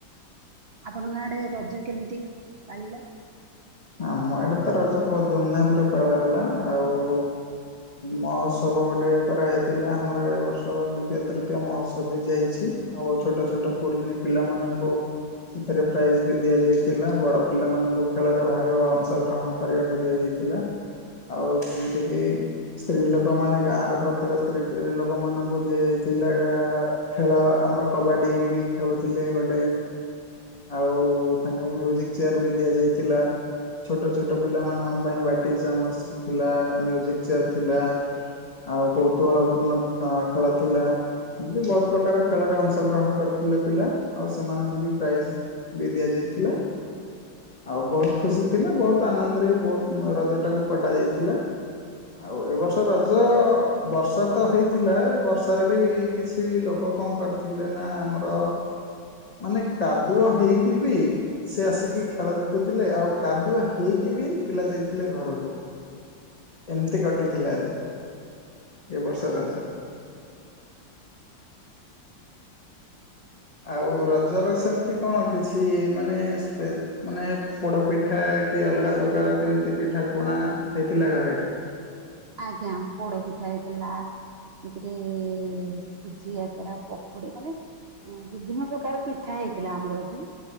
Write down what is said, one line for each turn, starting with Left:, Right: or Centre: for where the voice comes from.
Right: ଆପଣଙ୍କ ଆଡେ ରଜ କେମିତି ପାଳିଲ?
Left: ଆମ ଆଡେ ତ ରଜ ବୋହୁତ୍ ଧୁମ୍ ଧାମ୍ ରେ ପାଳାହେଲା ଆଉ ମହୋତ୍ସବ ଗୋଟେ କରାହେଇଥିଲା ଆମର ଏ ବର୍ଷ ଦ୍ୱିତୀୟ ତୃତୀୟ ମହୋତ୍ସବ ବି ଯାଇଛି ଆଉ ଛୋଟ ଛୋଟ କୁନୀ ପିଲାମାନଙ୍କୁ ସେଥିରେ ପ୍ରାଇଜ୍ ବି ଦିଆଯାଇଥିଲା ବଡ ପିଲାମାନଙ୍କୁ ଖେଳରେ ଭାଗ ଅଂଶଗ୍ରହଣ କରିବାକୁ ଦିଆଯାଇଥିଲା। ଆଉ ଯିମିତିକି ସ୍ତ୍ରୀ ଲୋକ ମାନେ ଗାଁର ପ୍ରତ୍ୟେକ ସ୍ତ୍ରୀ ଲୋକ ମାନଙ୍କୁ ଦିଆଯଥିଲା ଖେଳ ଆମର କବାଡି ବି ଖେଳୁଥିଲେ ଗୋଟେ ଆଉ ତାଙ୍କୁ ମ୍ୟୁଜିକ୍ ଚେୟାର ବି ଦିଆଯାଇଥିଲା। ଛୋଟ ଛୋଟ ପିଲାମାନଙ୍କ ପାଇଁ ବାଟି ଚାମଚ ଥିଲା, ମ୍ୟୁଜିକ ଚେୟାର ଥିଲା। ଆଉ କୌତୁହଳପୂର୍ଣ୍ଣ ଖେଳ ଥିଲା। ଏମିତି ବୋହୁତ୍ ପ୍ରକାର ଖେଳରେ ଅଂଶଗ୍ରହଣ କରିଥିଲେ ପିଲା। ଆଉ ସେମାନଙ୍କୁ ବି ପ୍ରାଇଜ୍ ବି ଦିଆଯାଇଥିଲା। ଆଉ ବୋହୁତ୍ ଖୁସି ଥିଲେ। ବୋହୁତ୍ ଆନନ୍ଦରେ ବି ବୋହୁତ୍ ରଜଟାକୁ କଟା ଯାଇଥିଲା। ଆଉ ଏ ବର୍ଷ ରଜ ବର୍ଷା ତ ହେଇଥିଲା ବର୍ଷାରେ ବି କିଛି କିଛି ଲୋକ କଣ କରିଥିଲେ ନା ଆମର ମାନେ କାଦୁଅ ହେଇକି ବି ସେ ଆସିକି ଖେଳ ଦେଖୁଥିଲେ। ଆଉ କାଦୁଅ ହେଇକି ବି ପିଲା ଯାଇଥିଲେ ଘରକୁ। ଏମିତି କଟିଥିଲା ଆଜି। ଏ ବର୍ଷ ରଜ। ଆଉ ରଜର ସେମିତି କଣ କିଛି ମାନେ ସ୍ପେଶ-ମାନେ ପୋଡ଼ ପିଠା କି ଅଲଗା ପ୍ରକାର କେମିତି ପିଠା ପଣା ହେଇଥିଲା ଘରେ।
Right: ଆଜ୍ଞା ପୋଡ ପିଠା ହେଇଥିଲା। ସେଥିରେ ସୁଜି ଆକାରା ପକୁଡି ମାନେ ବିଭିନ୍ନ ପ୍ରକାର ପିଠା ହେଇଥିଲା ଆମର ଏଠି।